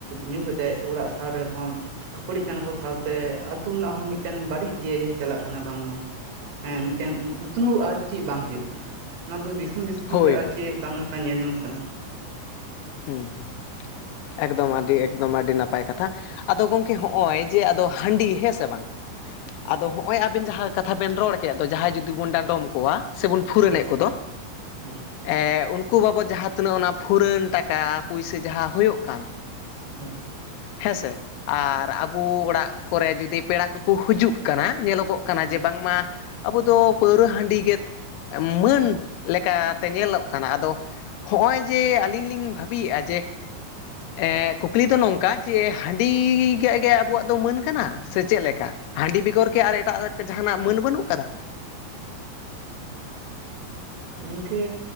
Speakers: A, on the right; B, on the left.
A: ᱧᱩ ᱠᱟᱛᱮᱫ ᱚᱲᱟᱜ ᱥᱟᱶ ᱨᱮᱦᱚᱸ ᱠᱷᱟᱹᱯᱟᱹᱲᱤᱜ ᱠᱟᱱᱟ ᱠᱚ ᱥᱟᱶᱛᱮ ᱟᱹᱛᱩ ᱨᱮᱱᱟᱜ ᱦᱚᱸ ᱢᱤᱫᱴᱮᱱ ᱵᱟᱹᱲᱤᱡ ᱜᱮ ᱪᱟᱞᱟᱜ ᱠᱟᱱᱟ ᱵᱟᱝᱢᱟ ᱮᱸ ᱢᱤᱫᱴᱮᱱ ᱩᱛᱱᱟᱹᱣ ᱟᱨ ᱪᱮᱫ ᱵᱟᱝ ᱦᱳᱭᱜ ᱠᱟᱱᱟ᱾ ᱱᱚᱣᱟ ᱫᱚ ᱫᱤᱥᱚᱢ ᱫᱤᱥᱚᱢ
B: ᱦᱳᱭ
A: ᱜᱮ ᱟᱨ
B: ᱦᱳᱭ
A: ᱪᱮᱫ
B: ᱦᱳᱭ
A: ᱵᱟᱝᱢᱟ ᱧᱮᱞ ᱧᱟᱢᱚᱜ ᱠᱟᱱᱟ
B: ᱦᱮᱸ ᱦᱮᱸ ᱮᱠᱫᱚᱢ ᱟᱹᱰᱤ ᱮᱠᱫᱚᱢ ᱟᱹᱰᱤ ᱱᱟᱯᱟᱭ ᱠᱟᱛᱷᱟ ᱟᱫᱚ ᱜᱚᱝᱠᱮ ᱦᱚᱜᱼᱚᱭ ᱡᱮ ᱟᱫᱚ ᱦᱟᱺᱰᱤ ᱦᱮᱸ ᱥᱮ ᱵᱟᱝ ᱟᱫᱚ ᱦᱚᱸᱜᱼᱚᱭ ᱟᱵᱮᱱ ᱡᱟᱦᱟᱸ ᱠᱟᱛᱷᱟ ᱵᱮᱱ ᱨᱚᱲ ᱠᱮᱫ ᱫᱚ ᱡᱟᱦᱟᱸᱭ ᱡᱩᱫᱤ ᱵᱚᱱ ᱰᱟᱸᱰᱚᱢ ᱠᱚᱣᱟ ᱥᱮᱵᱚᱱ ᱯᱷᱩᱨᱟᱹᱱᱮᱫ
A: ᱦᱳᱭ
B: ᱠᱚᱫᱚ
A: ᱦᱳᱭ
B: ᱮ ᱩᱱᱠᱩ ᱵᱟᱵᱚᱫ ᱡᱟᱦᱟᱸ ᱛᱤᱱᱟᱹᱜ ᱚᱱᱟ ᱯᱷᱩᱨᱟᱹᱱ ᱴᱟᱠᱟ ᱴᱟᱠᱟ ᱯᱩᱭᱥᱟᱹ ᱡᱟᱦᱟᱸ ᱦᱩᱭᱩᱜ ᱠᱟᱱ
A: ᱦᱮᱸᱻ
B: ᱦᱮᱸᱥᱮ ᱟᱨ ᱟᱵᱚ ᱚᱲᱟᱜ ᱠᱚᱨᱮ ᱡᱩᱫᱤ ᱯᱮᱲᱟ ᱠᱚᱠᱩ ᱦᱤᱡᱩᱜ ᱠᱟᱱᱟ ᱧᱮᱞᱚᱜᱚᱜ ᱠᱟᱱᱟ
A: ᱦᱩᱸ
B: ᱠᱟᱱᱟ ᱡᱮ ᱵᱟᱝᱢᱟ ᱟᱵᱩ ᱫᱚ ᱯᱟᱹᱣᱨᱟᱹ ᱦᱟᱺᱰᱤ ᱜᱮ ᱢᱟᱹᱱ ᱞᱮᱠᱟᱛᱮ ᱧᱮᱞᱚᱜ ᱠᱟᱱᱟ ᱟᱫᱚ ᱦᱚᱜ-ᱚᱭ ᱡᱮ ᱟᱞᱤᱧ ᱞᱤᱧ ᱵᱷᱟᱹᱵᱤᱭᱮᱫᱼᱟ ᱡᱮ ᱮ ᱠᱩᱠᱞᱤ ᱫᱚ ᱱᱚᱝ ᱠᱟ ᱡᱮ ᱦᱟᱺᱰᱤ ᱜᱮ ᱟᱵᱚᱣᱟᱜ ᱫᱚ ᱢᱟᱹᱱ ᱠᱟᱱᱟ? ᱥᱮ ᱪᱮᱫ ᱞᱮᱠᱟ ᱦᱟᱺᱰᱤ ᱵᱮᱜᱚᱨ ᱠᱤ ᱟᱨ ᱮᱴᱟᱜ ᱡᱟᱦᱟᱱᱟᱜ ᱢᱟᱹᱱ ᱵᱟᱹᱱᱩᱜ ᱠᱟᱫᱟ?
A: ᱜᱝᱠᱮ